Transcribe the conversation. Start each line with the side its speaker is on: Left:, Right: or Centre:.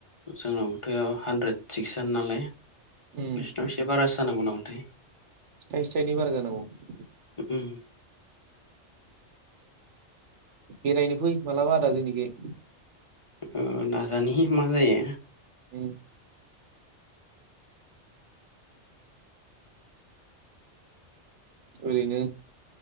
Left: जोंनावथ हानद्रेद सिक्सआनो नालाय
Right: उम
Left: बिसनाव एसे बारासो जानांगौ नामाथाय
Right: थाइसे थाइनै बारा जानांगौ
Left: ओम
Right: बेरायनो फै मालाबा आदा जोंनिखै
Left: ओ नाजानि मा जायो
Right: ओम ओरैनो